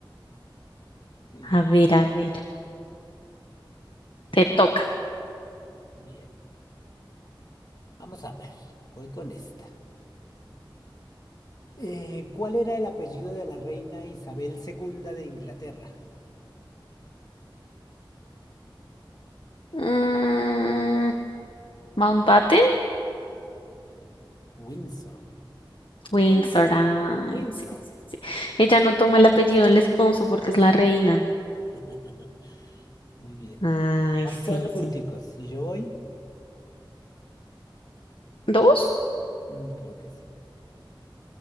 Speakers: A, on the left; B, on the left.
A: Bien,
B: A ver, a ver, te toca.
A: bien. Vamos a ver, voy con esta. Eh, ¿cuál era el apellido de la reina Isabel segunda de Inglaterra?
B: Mm, Mountbatten,
A: Windsor.
B: Windsor.
A: Windsor.
B: Ay,
A: Windsor.
B: sí, sí, sí. Ella no toma el apellido del esposo porque es la reina.
A: <laughs> Muy bien.
B: Ay,
A: Más
B: sí,
A: cuatro punticos.
B: sí.
A: ¿Y yo voy?
B: ¿Dos?
A: Mm, creo que sí.